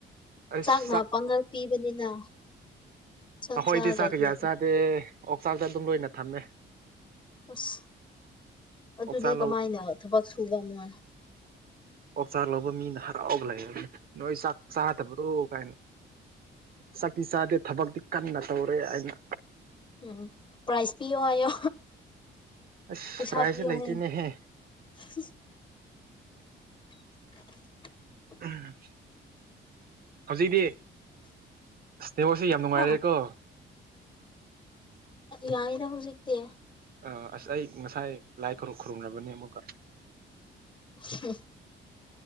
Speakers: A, on the right; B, on the left.
A: ꯑꯩꯁ
B: ꯆꯥꯛꯅ ꯄꯥꯡꯒꯟ ꯄꯤꯕꯅꯤꯅ ꯆꯥꯛ
A: ꯑꯈꯣꯏꯗꯤ
B: ꯆꯥꯗ꯭ꯔꯗꯤ
A: ꯆꯥꯛ ꯀꯌꯥ ꯆꯥꯗꯦ ꯑꯣꯛꯆꯥꯛꯇ ꯑꯗꯨꯝ ꯂꯣꯏꯅ ꯊꯝꯃꯦ
B: ꯑꯁ ꯑꯗꯨꯗꯤ
A: ꯑꯣꯛꯆꯥꯛ
B: ꯀꯃꯥꯏꯅ ꯊꯕꯛ ꯁꯨꯕ ꯃꯣꯏ
A: ꯑꯣꯥꯛ ꯆꯥꯔ ꯂꯧꯕ ꯃꯤꯅ ꯍꯔꯥꯎꯒ ꯂꯩꯔꯅꯤ ꯅꯣꯏ ꯆꯥꯛ ꯆꯥꯗꯕ꯭ꯔꯣ ꯀꯥꯏꯅ ꯁꯛꯇꯤ ꯆꯥꯗꯦ ꯊꯕꯛꯇꯤ ꯀꯟꯅ ꯇꯧꯔꯦ ꯑꯩꯅ
B: ꯎꯝ ꯎꯝ ꯄ꯭ꯔꯥꯏꯁ ꯄꯤꯌꯣ ꯍꯥꯌꯣ
A: ꯑꯁ
B: ꯄꯩꯁꯥ
A: ꯄ꯭ꯔꯥꯏꯖꯁꯦ
B: ꯄꯤꯌꯣꯅꯤꯅ
A: ꯂꯩꯇꯦꯅꯦꯍꯦ
B: ꯎ <unintelligible> <unintelligible>
A: ꯎꯝ ꯍꯧꯖꯤꯛꯤ ꯏꯁꯇꯦꯕꯣꯁꯤ ꯌꯥꯝ ꯅꯨꯡꯉꯥꯏꯔꯦꯀꯣ
B: ꯍꯥ ꯌꯥꯏꯗ ꯍꯧꯖꯤꯛꯇꯤ
A: ꯑꯥ ꯑꯁ ꯑꯩ ꯉꯁꯥꯏ ꯂꯥꯏ ꯈꯨ ꯈꯨꯔꯨꯝꯔꯕꯅꯦ ꯑꯃꯨꯛꯀ
B: ꯍꯨꯝ